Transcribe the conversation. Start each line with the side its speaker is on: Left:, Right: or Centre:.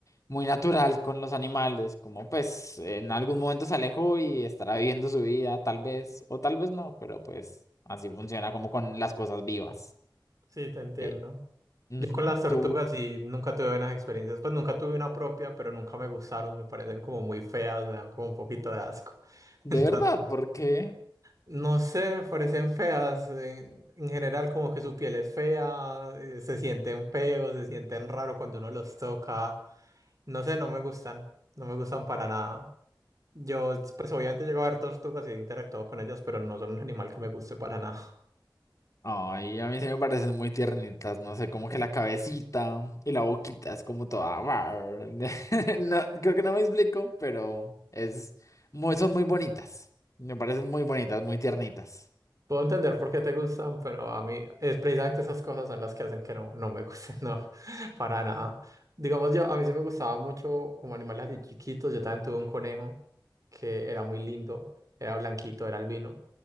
Left: muy natural con los animales. Como pues en algún momento se alejó y estará viviendo su vida, tal vez, o tal vez no, pero pues así funciona como con las cosas vivas.
Right: Sí, te entiendo.
Left: Eh, ujú,
Right: Yo con las tortugas
Left: Tú,
Right: sí nunca tuve buenas experiencias. Pues nunca tuve una propia, pero nunca me gustaron. Me parecen como muy feas, me dan como un poquito de asco. <laughs>
Left: de
Right: Entonces,
Left: verdad, ¿por qué?
Right: no sé, me parecen feas. En, en general, como que su piel es fea, eh, se sienten feos, se sienten raro cuando uno los toca. No sé, no me gustan. No me gustan para nada. Yo, pues obviamente llego a ver tortugas y he interactuado con ellas, pero no son un animal que me guste para nada.
Left: Ay, a mí se me parecen muy tiernitas, no sé, como que la cabecita y la boquita es como toda... bar- <laughs> No, creo que no me explico, pero es muy, son muy bonitas. Me parecen muy bonitas, muy tiernitas.
Right: Puedo entender por qué te gustan, pero a mí es precisamente esas cosas son las que hacen que no, no me gusten, no, <laughs> para nada. Digamos yo, a mí sí me gustaba mucho como animales así chiquitos, yo también tuve un conejo que era muy lindo, era blanquito, era albino,